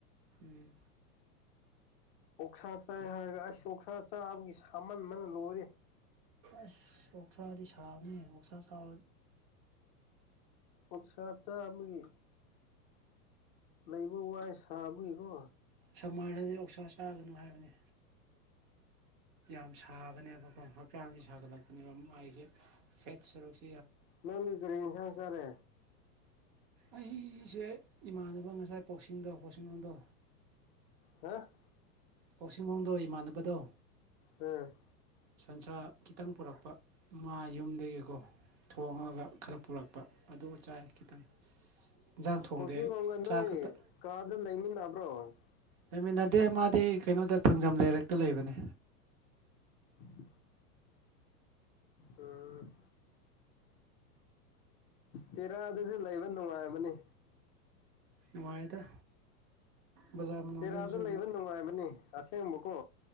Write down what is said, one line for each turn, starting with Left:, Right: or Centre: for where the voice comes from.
Right: ꯎꯝ
Left: ꯑꯣꯛꯁꯥ ꯆꯥꯏ ꯍꯥꯏꯔꯒ ꯑꯩ ꯑꯣꯛꯁꯥ ꯆꯥꯕꯒꯤ ꯁꯥꯃꯟ ꯑꯃꯅ ꯂꯣꯏꯔꯦ
Right: ꯑ ꯑꯣꯁꯥꯗꯤ ꯁꯥꯥꯕꯅꯤ ꯑꯣꯁ
Left: ꯑꯣꯠꯁꯠꯆꯥꯒꯤ ꯂꯩꯕ ꯋꯥꯏ ꯁꯥꯕꯒꯤꯀꯣ
Right: ꯁꯝꯃꯔꯗꯗꯤ ꯂꯧꯣꯛꯁꯥ ꯆꯥꯒꯅꯨ ꯍꯥꯏꯕꯅꯤ ꯌꯥꯝ ꯁꯥꯕꯅꯦꯕꯀꯣ ꯍꯛꯆꯥꯡꯁꯦ ꯁꯥꯒꯠꯂꯛꯄꯅꯦꯕ ꯃꯥꯏꯁꯦ ꯐꯦꯠ ꯁꯔꯨꯛꯁ
Left: ꯅꯪꯒꯤ ꯀꯔꯤꯁꯪꯁꯔꯦ
Right: ꯑꯩꯁꯦ ꯏꯃꯥꯟꯅꯕ ꯉꯁꯥꯏ ꯄꯥꯎꯁꯤꯡꯗꯣ ꯄꯥꯎꯁꯤꯡꯂꯣꯗꯣ
Left: ꯍꯥ
Right: ꯄꯥꯎꯁꯤꯡꯒꯣꯡꯗꯣ ꯏꯃꯥꯟꯅꯕꯗꯣ
Left: ꯎꯝ
Right: ꯁꯟꯁ꯭ꯔꯥ ꯈꯤꯇꯪ ꯄꯨꯔꯛꯄ ꯃꯥ ꯌꯨꯝꯗꯒꯤꯀꯣ ꯊꯣꯡꯉꯒ ꯈꯔ ꯄꯨꯔꯛꯄ ꯑꯗꯨ ꯆꯥꯏ ꯈꯤꯇꯪ ꯏꯟꯖꯥꯡ ꯊꯣꯡꯗꯦ
Left: ꯄꯨꯁꯤ
Right: ꯑꯩ
Left: ꯀ ꯀꯅꯣꯌꯦ
Right: ꯆꯥꯛ ꯈꯛꯇ
Left: ꯀꯥꯗ ꯅ꯭ꯔꯣ
Right: ꯂꯩꯃꯤꯟꯅꯗꯦ ꯃꯥꯗꯤ ꯀꯩꯅꯣꯗ ꯊꯥꯡꯖꯝ ꯂꯩꯔꯛꯇ ꯂꯩꯕꯅꯦ
Left: ꯎꯝ ꯎꯝ ꯇꯦꯔꯥꯗꯁꯨ ꯂꯩꯕ ꯅꯨꯡꯉꯥꯏꯕꯅꯤ
Right: ꯅꯨꯡꯉꯥꯏꯗ ꯕꯖꯥꯔ ꯃꯅꯨꯡꯗꯒꯤꯁꯨ
Left: ꯇꯦꯔꯥꯗ ꯂꯩꯕ ꯅꯨꯡꯉꯥꯏꯕꯅꯤ ꯑꯁꯦꯡꯕꯀꯣ